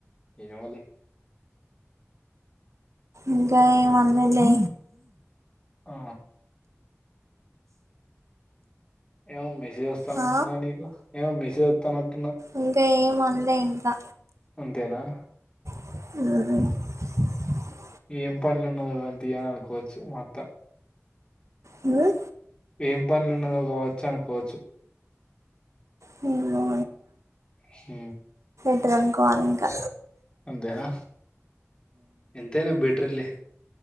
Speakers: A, on the left; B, on the right.
A: ఏమోలే
B: ఇంకా ఏం అనలేదులే
A: ఆ ఏమో మెసేజ్ వస్తానట్టున్నాది
B: ఆ
A: నీకు ఏమో మెసేజ్ వస్తానట్
B: ఇంకా ఏం అనలే ఇంకా
A: అంతేనా
B: ఆ
A: ఏం పనిల ఉన్నదో కానీ తీ అనుకోవచ్చు మా అత్త
B: హ
A: ఏం పనిలన్నదో కావచ్చు అనుకోవచ్చు
B: నేను
A: హ
B: ఇది అనుకోవాలి ఇంకా
A: అంతేనా ఎంతైనా బెటర్ లే